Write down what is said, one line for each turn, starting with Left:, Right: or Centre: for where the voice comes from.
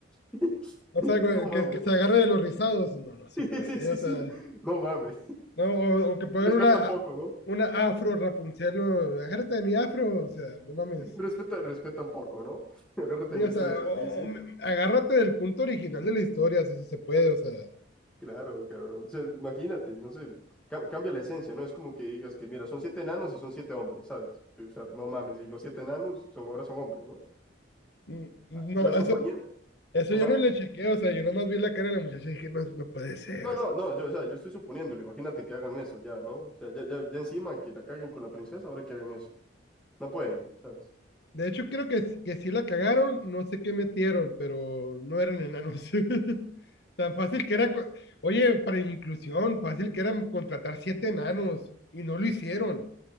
Centre: <laughs>
Left: o sea, güey,
Centre: No mames.
Left: que, que se
Centre: <laughs>
Left: agarre de los rizados. No, no se
Centre: Sí,
Left: puede,
Centre: sí, sí,
Left: o
Centre: sí
Left: sea.
Centre: no, no mames.
Left: No, o, o que pongan
Centre: Respeta
Left: una,
Centre: un poco, ¿no?
Left: una afro Rapunzel, no, agárrate de mi afro, o sea, no mames.
Centre: Respeta, respeta un poco, ¿no? <laughs> Agárrate
Left: Sí,
Centre: de mis
Left: o sea,
Centre: trenzas,
Left: o-
Centre: Lizzy.
Left: agárrate del punto original de la historia, o sea, si se puede, o sea.
Centre: Claro, cabrón. O sea, imagínate, no sé, ca- cambia la esencia, ¿no? Es como que digas que, mira, son siete enanos y son siete hombres, ¿sabes? Sí, O sea, no mames, y los siete enanos son, ahora son hombres, ¿no?
Left: mm, No,
Centre: Las compañías,
Left: eso, eso
Centre: ajá.
Left: ya no le chequeé, o sea, yo nomás vi la cara de la muchacha y dije, no, no puede ser,
Centre: No,
Left: o
Centre: no,
Left: sea.
Centre: no, yo, o sea, yo estoy suponiéndolo, imagínate que hagan eso ya, ¿no? O sea, ya, ya, ya encima que la caguen con la princesa, ahora que hagan eso. No pueden, ¿sabes?
Left: De hecho, creo que, que sí la cagaron, no sé qué metieron, pero no eran enanos. <laughs> Tan fácil que era, co- oye, para inclusión, fácil que era contratar siete enanos y no lo hicieron.